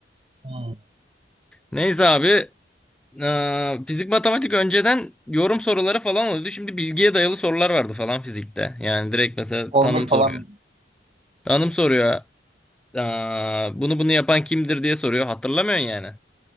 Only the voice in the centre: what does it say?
Neyse abi. eee, fizik matematik önceden yorum soruları falan oluyordu. Şimdi bilgiye dayalı sorular vardı falan fizikte. Yani direkt mesela
tanım
soruyor. Tanım soruyor. Aa, bunu bunu yapan kimdir diye soruyor. Hatırlamıyorsun yani.